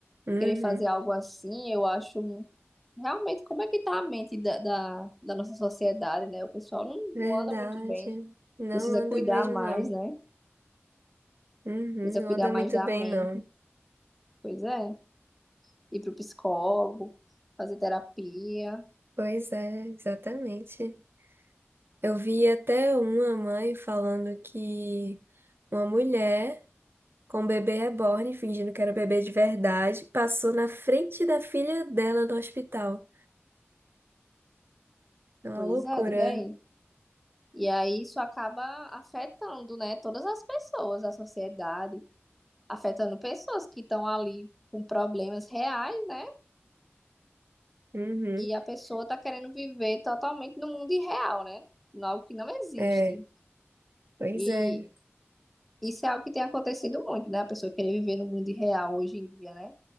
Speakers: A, on the right (about 55°); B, in the centre.
A: uhum,
B: querer fazer algo assim, eu acho um- realmente como é que tá a mente da, da, da nossa sociedade, né? O pessoal não,
A: verdade.
B: não anda muito bem,
A: Não
B: precisa
A: anda
B: cuidar
A: mesmo,
B: mais,
A: não.
B: né?
A: Uhum,
B: Precisa
A: não
B: cuidar
A: anda
B: mais
A: muito
B: da
A: bem,
B: mente,
A: não.
B: pois é. Ir pro psicólogo, fazer terapia,
A: Pois é, exatamente. Eu vi até uma mãe falando que uma mulher com um bebê reborn, fingindo que era bebê de verdade, passou na frente da filha dela no hospital. É uma
B: pois
A: loucura.
B: é, diga aí. E aí isso acaba afetando, né, todas as pessoas, a sociedade, afetando pessoas que estão ali com problemas reais, né?
A: Uhum,
B: E a pessoa tá querendo viver totalmente no mundo irreal, né? Algo que não existe.
A: é, pois
B: E
A: é.
B: isso é algo que tem acontecido muito, né? A pessoa querer viver no mundo real hoje em dia, né?